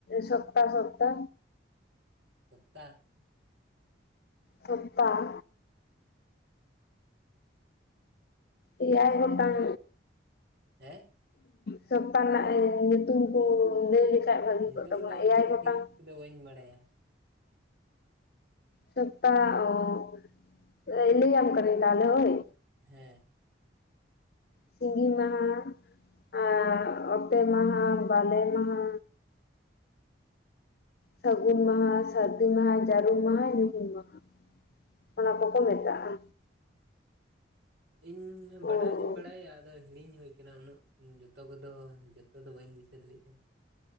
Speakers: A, on the left; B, on the right.
A: ᱥᱚᱯᱛᱟ - ᱥᱚᱯᱛᱟ᱾
B: ᱥᱳᱯᱛᱟᱦ
A: ᱥᱳᱯᱛᱟᱦ ᱮᱭᱟᱭ
B: ᱢᱟᱱᱮ
A: ᱜᱚᱴᱟᱜ
B: ᱦᱮᱸ
A: ᱥᱚᱯᱛᱟ ᱨᱮᱱᱟᱜ ᱧᱩᱛᱩᱢ ᱠᱚ ᱞᱟᱹᱭ ᱞᱮᱠᱷᱟᱱ, ᱵᱷᱟᱹᱜᱤ
B: ᱧᱩᱛᱩᱢ
A: ᱠᱚᱜ ᱛᱟᱵᱚᱱᱟ᱾
B: ᱫᱚ
A: ᱮᱭᱟᱭ
B: ᱩᱱᱟᱹᱜ
A: ᱜᱚᱴᱟᱝ
B: ᱴᱷᱤᱠ ᱫᱚ ᱵᱟᱹᱧ ᱵᱟᱲᱟᱭᱟ᱾
A: ᱥᱚᱯᱛᱟ ᱚᱸ ᱞᱟᱹᱭ ᱟᱢ ᱠᱟᱱᱤᱧ ᱛᱟᱦᱚᱞᱮ ᱦᱳᱭ᱾
B: ᱦᱮᱸ᱾
A: ᱥᱤᱸᱜᱤ ᱢᱟᱦᱟ, ᱟᱨ ᱚᱛᱮ ᱢᱟᱦᱟ, ᱵᱟᱞᱮ ᱢᱟᱦᱟ ᱥᱟᱹᱜᱩᱱ ᱢᱟᱦᱟ, ᱥᱟᱨ ᱫᱤ ᱢᱟᱦᱟ, ᱡᱟᱹᱨᱩᱢ ᱢᱟᱦᱟ, ᱧᱩᱦᱩᱢ ᱢᱟᱦᱟ, ᱚᱱᱟ ᱠᱚᱼᱠᱚ ᱢᱮᱛᱟᱜᱼᱟ᱾
B: ᱤᱧ
A: ᱦᱳᱭ
B: ᱵᱟᱰᱟᱭ ᱫᱩᱧ ᱵᱟᱲᱟᱭᱼᱟ ᱾ ᱟᱫᱚ ᱦᱤᱲᱤᱧ ᱦᱩᱭ ᱟᱠᱟᱱᱟ᱾ ᱩᱱᱟᱹᱜ ᱡᱚᱛᱚ ᱠᱚ-ᱫᱚ᱾ ᱱᱤᱛᱚᱜ ᱫᱚ ᱵᱟᱹᱧ ᱫᱤᱥᱟᱹ ᱫᱟᱲᱮᱭᱟᱜ ᱠᱟᱱᱟ᱾